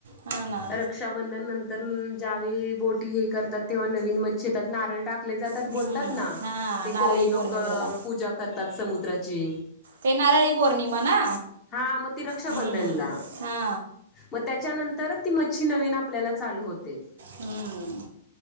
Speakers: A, on the right (about 70°); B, on the left (about 30°).
A: हा ना
B: रक्षाबंधन नंतर ज्यावेळी बोटी हे करतात तेव्हा नवीन मच्छेयेतात नारळ टाकत टाकले जातात
A: हम्म
B: बोलतात ना
A: हा
B: ते
A: नारळी
B: कोळी
A: पौर्णिमेला
B: लोक पूजा करतात समुद्राची.
A: ते नारळी पौर्णिमा ना
B: हा मग ती रक्षाबंधनला
A: हम्म हा.
B: मग त्याच्यानंतरच ती मच्छी नवीन आपल्याला चालू होते.
A: हम्म